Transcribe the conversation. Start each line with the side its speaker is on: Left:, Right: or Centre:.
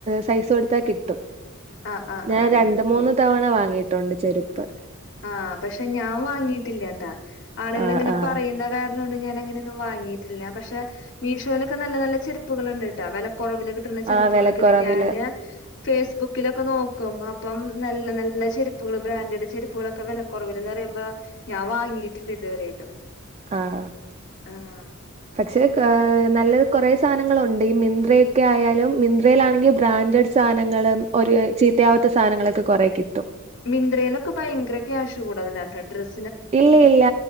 Right: സൈസ് കൊടുത്താൽ കിട്ടും
Left: ആഹ് ആഹ്
Right: ഞാൻ
Left: ആഹ്
Right: രണ്ട്
Left: ആഹ്
Right: മൂന്ന് തവണ വാങ്ങിയിട്ടുണ്ട് ചെരുപ്പ്
Left: ആഹ് പക്ഷെ ഞാൻ വാങ്ങിയിട്ടില്ലട്ടാ ആളുകൾ
Right: ആഹ്
Left: ഇങ്ങനെ
Right: ആഹ്
Left: പറയുന്ന ക ള്ളൊണ്ട് ഞാനങ്ങനൊന്നും വാങ്ങിയിട്ടില്ല പക്ഷെ മീഷോലൊക്കെ നല്ല നല്ല ചെരുപ്പുകൾണ്ട് ട്ട വിലകുറവിനു കി ട്ടുണ ചെരിപ്പുകളൊക്കെണ്ട്
Right: ആഹ് വിലക്കുറവില്
Left: ഞാന് ഫേസ്ബുക്കിലൊക്കെ നോക്കും അപ്പം നല്ല നല്ല ചെരുപ്പുകള് ബ്രാൻഡഡ് ചെരുപ്പ് പ്പുകളൊക്കെ വില കുറവില്ന്ന് പറയുമ്പോ ഞാൻ വാങ്ങിട്ടില്ല ഇതുവരെയായിട്ടും
Right: ആഹ്
Left: ആഹ്
Right: പക്ഷേ കൊ നല്ല കുറെസാധനങ്ങളുണ്ട് ഈ മിന്ത്രയൊക്കെ ആയാലും മിന്ത്രയിലാണെങ്കിൽ ബ്രാൻഡഡ് സാധനങ്ങളും ഒരു ചീത്തയാവാത്ത സാധനങ്ങളൊക്കെ കുറേ കിട്ടും
Left: മിന്ത്രയിലൊക്കെ ഭയങ്കര ക്യാഷ് കൂടുതലാട്ടോ ഡ്രസ്
Right: ഇല്ല ഇല്ല